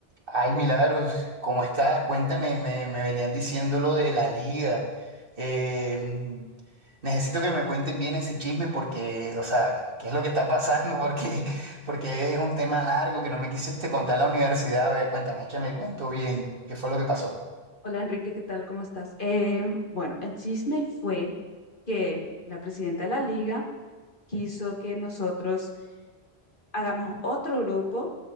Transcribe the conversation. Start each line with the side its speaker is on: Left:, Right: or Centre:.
Right: Ay, Milagros, ¿cómo estás? Cuéntame, me, me venías diciendo lo de la liga. Eh, mm, necesito que me cuentes bien ese chisme porque, o sea, ¿qué es lo que está pasando? <laughs> Porque, porque es un tema largo que no me quisiste contar en la universidad. A ver, cuéntame, échame el cuento bien. ¿Qué fue lo que pasó?
Left: Hola Enrique, ¿qué tal? ¿Cómo estás? Eh, bueno, el chisme fue que la presidenta de la liga quiso que nosotros hagamos otro grupo